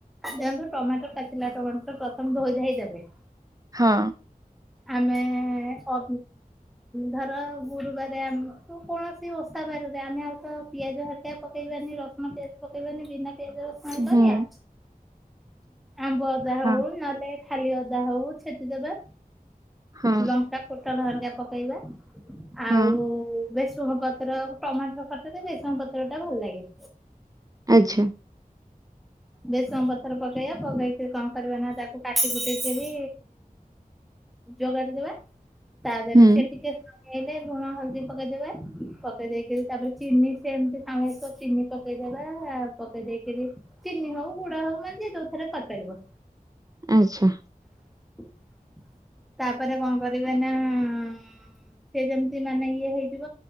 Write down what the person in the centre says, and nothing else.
ଦେଖନ୍ତୁ ଟମାଟୋ ପାଚିଲା ଟମାଟୋ ପ୍ରଥମେ ଧୋଇ ଧାଇଁ ହୋଇଦେବେ
ଆମେ ଅ ଧର ଗୁରୁବାର ଆମ କୌଣସି ଓଷା ରେ ଆମେ ଆଉ ତ ପିଆଜ ହେରିକା ପକେଇବାନି ରସୁଣ ପିଆଜ ପକେଇବାନି ବିନା ପିଆଜ କୁ କଣ କରିବା
ଆମ୍ବ ଅଦା ହୋଉ
ନହେଲେ ଖାଲି ଅଦା ହୋଉ ଛେଚି ଦବା
ଲଙ୍କା ଫୁ ରସୁଣ ହରିକା ପକେଇବା
ଆଉ ବେସୁମ ପତ୍ର ଟମାଟର ଖଟା ତ ବେସନ ପତ୍ର ଟା ଭଲ ଲାଗେ।
ଭେସୁଙ୍ଗା ପତର ପକେଇବା ପକେଇକି କଣ କରିବା ନା ତାକୁ କାଟି କୁଟିକିରି ଯୋଗାଡି ଦେବା ତା ଦେହରେ
ସେ ଟିକେ ଏଇଲେ ଲୁଣ ହଳଦୀ ପକେଇଦବେ ପକେଇ ଦେଇକରି ତାପରେ ଚିନି ସେମତି ସାସ ଚିନି ପକେଇଦେବେ ପକେଇ ଦେଇକିରି ଚିନି ହଉ ଗୁଡ ହଉ ମାନେ ଯିଏଯଉଥରେ କରିପାରିବ
<inaudible> ତାପରେ କଣ କରିବେ ନା ଉଁ ମ୍ ମ୍ ସେ ଯେମିତି ମାନେ ଇଏ ହେଇଯିବ